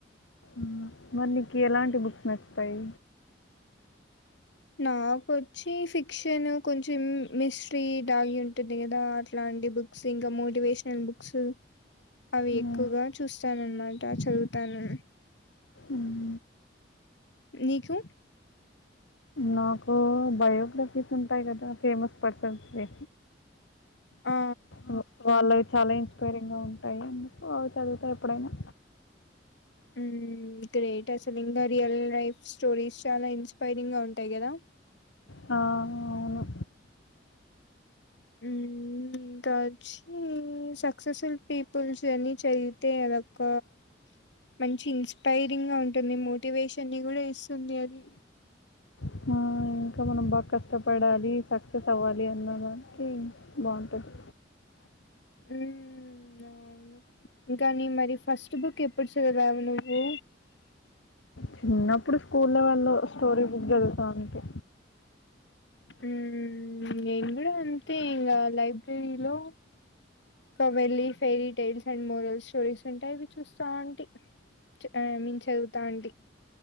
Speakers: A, on the left; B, on the left.
A: ఊ ఆ మరి నీకు ఎలాంటి బుక్స్ నచ్చుతాయి
B: నాకొచ్చి ఫిక్షన్ కొంచెం మిస్ట్రీ దాగి ఉంటుంది కదా అట్లాంటి బు క్స్ ఇంకా మోటివేషనల్ బుక్సు అవి
A: ఉమ్,
B: ఎక్కువగా చూస్తాను అన్నమాట చదువుతాను
A: ఉమ్,
B: నీకు
A: నాకు బయోగ్రఫీస్ ఉంటాయి కదా ఫేమస్ పర్సన్స్ ది
B: ఆ
A: ఓ వాళ్ళవి చాలా ఇన్స్పైరింగ్ గా ఉంటాయి అందు కు అవి చదువుతా ఎప్పుడైనా
B: ఉమ్ గ్రేట్ అసలు ఇంకా రియల్ లైఫ్ స్టోరీస్ చాలా ఇన్స్పైరింగ్ గా ఉంటాయి కదా
A: ఆ అవును
B: మ్మ్ ఇంకా వచ్చి సక్సెస్ఫుల్ పీపుల్స్ అన్నీ చదివితే అదొక్క మంచి ఇన్స్పైరింగ్ గా ఉంటుంది మోటివేషన్ ని కూడా ఇస్తుంది అది
A: ఆ, ఇంకా మనం బాగా కష్టపడాలి సక్సెస్ అవ్వాలి అన్నదానికి బావుంటది
B: ఊ అవు అవును ఇంకా నీ మరి ఫస్ట్ బుక్ ఎప్పుడు చదివావు నువ్వు
A: చిన్నప్పుడు స్కూల్లో వాళ్ళు స్టోరీ బుక్ చదువుతా ఉంటి
B: ఉమ్ నేను కూడా అంతే ఇంగ లైబ్రెరీ లో కా వెళ్ళి fairy tales and morals stories ఉంటే అవి చూస్తాం ఉంటి చ్ ఐ మీన్ చదువుతా అంటి